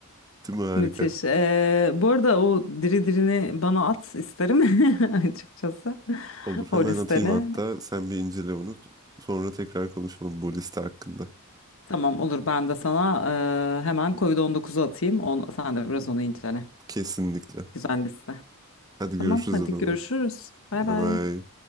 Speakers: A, on the right; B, on the left.
A: Değil mi? Harika.
B: müthiş. E, bu arada o diri dirini bana at isterim <laughs> açıkçası
A: Olur
B: o
A: hemen
B: listeni.
A: atayım hatta. Sen bir incele onu. Sonra tekrar konuşalım bu liste hakkında.
B: Tamam olur ben de sana eee, hemen Covid-19'u atayım. On, sen de biraz onu incele.
A: Kesinlikle.
B: Güzel liste.
A: Hadi
B: Tamam
A: görüşürüz
B: hadi
A: o zaman.
B: görüşürüz. Bay
A: Bay
B: bay.
A: bay.